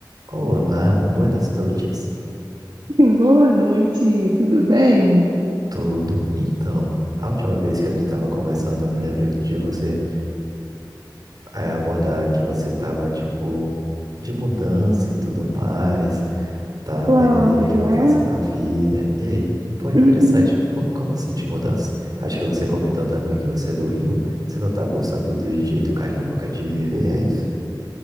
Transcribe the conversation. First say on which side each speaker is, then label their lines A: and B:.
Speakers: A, on the right; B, on the right.
A: Olá, buenas noites.
B: <laughs> Boa noite, tudo bem?
A: Tudo? Então, a última vez que a gente estava conversando, eu me lembro de você eh, abordar que você estava, tipo, de mudança e tudo mais, tá
B: Vamos,
A: vendo aí o que
B: né?
A: vai fazer na vida. E aí? Pô, interessante.
B: Uhum.
A: Pô, como assim de mudança? Acho que você comentou também que você é do Rio, você não tá gostando do jeito carioca de viver, é isso?